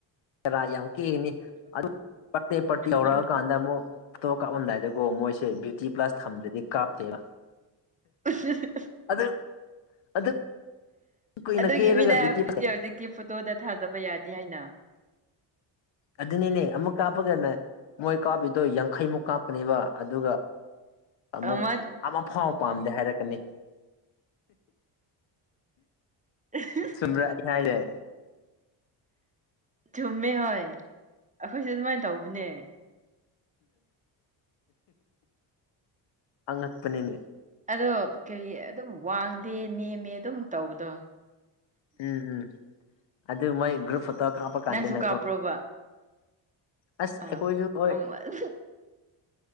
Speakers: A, on the left (about 70°); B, on the right (about 15°).
A: ꯔꯥ ꯌꯥꯝ ꯀꯦꯒꯅꯤ ꯑꯗꯨ <unintelligible> ꯄꯥꯔꯇꯤ ꯇꯧꯔꯛꯑ
B: ꯍꯣꯏ.
A: ꯀꯥꯟꯗ ꯑꯃꯨꯛ ꯇꯣ ꯀꯥꯞꯂꯝꯗꯥꯏꯗꯀꯣ ꯃꯣꯏꯁꯦ ꯕ꯭ꯌꯨꯇꯤ ꯄ꯭ꯂꯁ ꯊꯝꯗ꯭ꯔꯗꯤ ꯀꯥꯞꯇꯦꯕ
B: <unintelligible>
A: ꯑꯗꯨ ꯑꯗꯨ ꯀꯨꯏꯅ
B: ꯑꯗꯨꯒꯤ
A: ꯀꯦꯔꯒ
B: ꯃꯤꯅ ꯍꯥꯏꯕꯗꯨꯗꯤ
A: ꯕ꯭ꯌꯨꯇꯤ
B: ꯍꯧꯖꯤꯛꯇꯤ ꯐꯣꯇꯣꯗ ꯊꯥꯖꯕ ꯌꯥꯗꯦ ꯍꯥꯏꯅ
A: ꯑꯗꯨꯅꯤꯅꯦ ꯑꯃꯨꯛ ꯀꯥꯞꯄꯒꯅ ꯃꯣꯏ ꯀꯥꯞꯄꯤꯗꯣ ꯌꯥꯡꯈꯩꯃꯨꯛ ꯀꯥꯞꯀꯅꯦꯕ ꯑꯗꯨꯒ ꯑꯃꯨꯛ
B: ꯑꯃ
A: ꯑꯃꯐꯥꯎ ꯄꯥꯝꯗꯦ ꯍꯥꯏꯔꯛꯀꯅꯤ
B: <unintelligible>
A: ꯁꯨꯟꯗ꯭ꯔꯥ ꯑꯩꯅ ꯍꯥꯏꯖꯦ
B: ꯆꯨꯝꯃꯦ ꯍꯣꯏ ꯑꯩꯈꯣꯏꯁꯨ ꯑꯗꯨꯃꯥꯏꯟ ꯇꯧꯕꯅꯦ
A: ꯑꯉꯛꯄꯅꯤꯅꯦ
B: ꯑꯗꯣ ꯀꯔꯤ ꯑꯗꯨꯝ ꯋꯥꯡꯗꯦ ꯅꯦꯝꯃꯦ ꯑꯗꯨꯝ ꯇꯧꯕꯗꯣ
A: ꯎꯝ ꯎꯝ ꯑꯗꯨ ꯃꯣꯏ ꯒ꯭ꯔꯨꯞ ꯐꯣꯇꯣ ꯀꯥꯞꯄ ꯀꯥꯟꯗꯅꯀꯣ
B: ꯅꯪꯁꯨ ꯀꯥꯞꯄ꯭ꯔꯣꯕ
A: ꯑꯁ
B: ꯑꯥ
A: ꯑꯩꯈꯣꯏꯖꯨ ꯍꯣꯏ
B: <unintelligible>